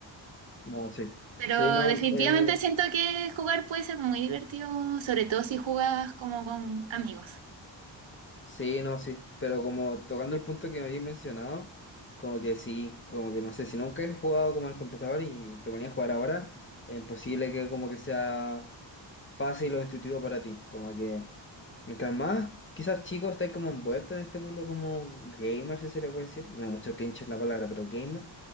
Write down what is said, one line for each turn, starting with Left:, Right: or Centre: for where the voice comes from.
Left: No, sí.
Right: Pero
Left: Sí, no,
Right: definitivamente
Left: eh,
Right: siento que jugar puede ser muy divertido, sobre todo si juegas como con amigos.
Left: Sí, no, sí, pero como tocando el punto que me habéis mencionado, como que sí, como que no sé, si nunca he jugado como al computador y te ponías a jugar ahora, es imposible que como que sea fácil o intuitivo para ti, como que Mientras más, quizás chicos, estáis como envueltos en este mundo como gamer, si se le puede decir. Me da mucho cringe la palabra, pero gamer.